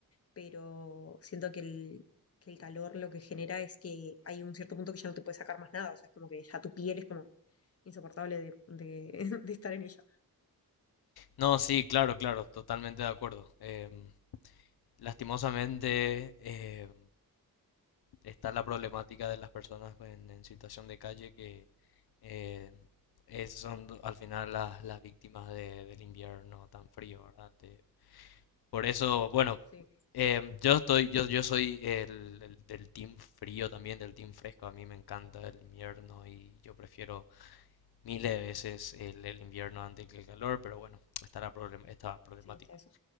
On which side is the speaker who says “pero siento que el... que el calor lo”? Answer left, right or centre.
Left